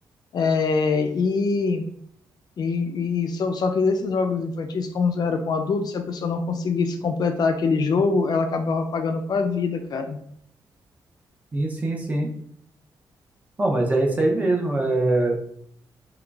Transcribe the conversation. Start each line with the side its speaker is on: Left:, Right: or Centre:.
Left: É, e e, e só, só que esses jogos infantis, como era com adultos, se a pessoa não conseguisse completar aquele jogo, ela acabava pagando com a vida, cara.
Right: sim, sim, sim. Bom, mas é isso aí mesmo. É,